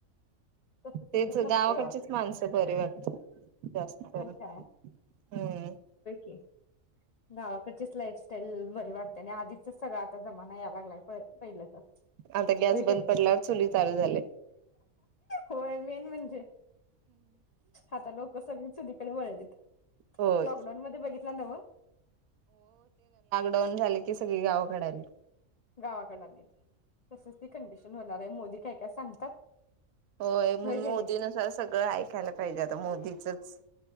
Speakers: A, on the left (about 70°); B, on the right (about 85°).
A: तसं सिटीत
B: तेच
A: नसतंय
B: गावाकडचीच
A: अहो
B: माणसं बरी वाट जास्त खर
A: तर
B: <inaudible>
A: काय
B: हूं
A: <inaudible> गावाकडचीच लाईफस्टाईल बरी वाटते आणि आधीच सगळ आ आता जमाना यालागलाय प पहिल्याचा
B: आता गॅस
A: होय
B: बंद
A: की नाही.
B: पडल्यावर चुली चालू झाले
A: होय मेन म्हणजे आता लोकं सगळी चुलीकडे वळलीत.
B: होय
A: लॉकडाऊनमध्ये बघी <unintelligible>
B: डाऊन झाली की सगळी गावकड आली.
A: गावाकडन आलीत तसच ते कंडिश होणार हाय मोदी काय काय सांगतात.
B: होय म्हणून मोदी
A: का नाही
B: नुसार सगळं ऐकायला पाहिजे आता मोदी चच